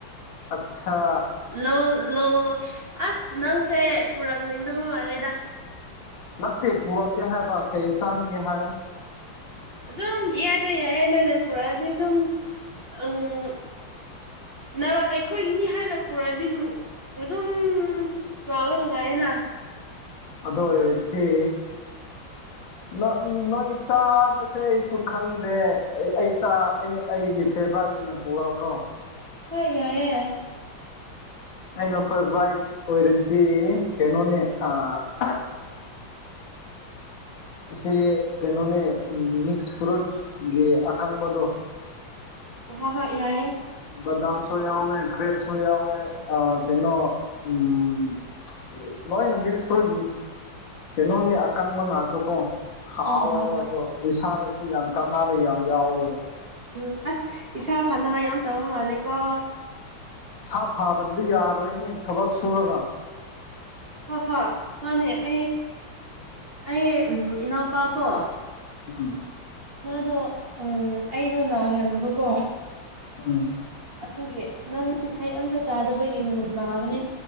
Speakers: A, on the left (about 70°); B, on the right (about 35°).
A: ꯑꯆꯥ
B: ꯂꯧ ꯂꯧ ꯂꯧ ꯑꯁ ꯅꯪꯁꯦ ꯄꯨꯔꯛꯅꯤꯡꯗꯕ ꯃꯥꯜꯂꯦꯗ
A: ꯅꯠꯇꯦ ꯄꯨꯔꯛꯀꯦ ꯍꯥꯏꯕ ꯀꯩ ꯆꯥꯅꯤꯡꯒꯦ ꯍꯥꯏꯌꯣ
B: ꯑꯗꯨꯝ ꯏꯌꯥꯗ ꯌꯥꯏꯌꯦ ꯅꯣꯏꯅ ꯄꯨꯔꯛꯑꯗꯤ ꯑꯗꯨꯝ ꯎꯝ ꯅꯪ ꯑꯩꯈꯣꯏꯒꯤꯅꯤ ꯍꯥꯏꯅ ꯄꯨꯔꯛꯑꯗꯤ ꯑꯗꯨꯝ ꯑꯗꯨꯝ ꯆꯥꯕ ꯅꯨꯡꯉꯥꯏꯌꯦꯅ
A: ꯑꯗꯨ ꯑꯣꯢꯔꯗꯤ
B: <inaudible>
A: ꯅꯣꯢ ꯅꯣꯏ ꯆꯥꯕꯁꯦ ꯑꯩꯁꯨ ꯈꯪꯗꯦ ꯑꯩ ꯑꯩ ꯆꯥ ꯑꯩꯒꯤ ꯐꯦꯚꯔꯥꯏꯠ ꯑꯣꯏꯅ ꯄꯨꯔꯛꯎꯔꯣ
B: ꯍꯣꯏ ꯌꯥꯏꯑꯦ
A: ꯑꯩꯅ ꯁꯔꯚ꯭ꯔꯥꯏꯁ ꯑꯣꯏꯔꯗꯤ ꯀꯩꯅꯣꯅꯦ ꯑꯥ ꯁꯤ ꯀꯩꯅꯣꯅꯦ ꯃꯤꯛꯁ ꯐ꯭ꯔꯨꯠ ꯒꯤ ꯑꯀꯪꯕꯗꯣ
B: ꯍꯣꯢ ꯍꯣꯢ ꯌꯥꯢꯌꯦ
A: ꯕꯗꯥꯝꯁꯨ ꯌꯥꯎꯋꯦ ꯀ꯭ꯔꯦꯞ ꯁꯨ ꯌꯥꯎꯌꯦ ꯑꯥ ꯀꯩꯅꯣ ꯎꯝ ꯂꯣꯏꯅ ꯃꯤꯛꯁ ꯐ꯭ꯔꯨꯠꯒꯤ ꯀꯩꯅꯣꯅꯤ ꯑꯀꯪꯕ ꯉꯥꯛꯇꯀꯣ ꯍꯥꯎꯋꯦꯕ
B: ꯑꯣ ꯍꯣꯏ ꯍꯣꯏ
A: ꯑꯗꯣ ꯏꯁꯥꯗꯁꯨ ꯌꯥꯝ ꯀꯅꯥꯗ ꯌꯥꯝ ꯌꯥꯎꯋꯦꯕ
B: ꯎꯝ ꯑꯁ ꯏꯁꯥ ꯐꯅꯕ ꯌꯥꯝ ꯇꯧꯕ ꯃꯥꯜꯂꯤꯒꯣ
A: ꯁꯥ ꯐꯥꯗ꯭ꯔꯗꯤ ꯌꯥꯔꯣꯏꯅꯦ ꯊꯕꯛ ꯁꯨꯔꯒ
B: ꯍꯣꯏ ꯍꯣꯏ ꯃꯥꯅꯦ ꯑꯩ ꯑꯩ ꯎꯝ ꯏꯅꯥꯎꯄꯥ ꯀꯣ
A: ꯎꯝ
B: ꯃꯥꯗꯣ ꯎꯝ ꯑꯩꯗꯣ ꯅꯥꯍꯟꯕꯀꯣ
A: ꯎꯝ
B: ꯑꯗꯨꯒꯤ ꯅꯪ ꯍꯩ ꯑꯝꯇ ꯆꯥꯗꯕꯒꯤ ꯅꯥꯕꯅꯤ